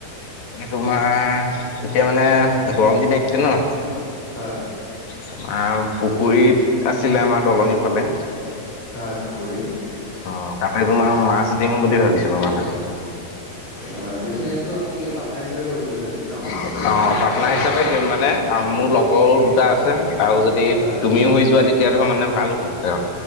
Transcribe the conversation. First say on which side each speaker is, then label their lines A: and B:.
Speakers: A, on the left; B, on the left.
A: তোমাৰ এতিয়া মানে গৰম দিন আহিছে ন
B: হয়।
A: তোমাৰ পুখুৰী আছিলে আমাৰ দলনিৰ ফালে
B: হয় পুখুৰী।
A: অ তাতে তোমাৰ মাছ দিম বুলি ভাবিছিলো মানে।
B: হয় বিজনেছটো আপুনি কি পাৰ্টনাৰ হিচাপে কৰিম বুলি ভাবিছে ন।
A: অ পাৰ্টনাৰ হিচাপে কৰিম মানে মোৰ লগৰো দুটা আছে আৰু যদি
B: হয়
A: তুমিও হৈ যোৱা তেতিয়া মানে ভাল হ'ব আৰু।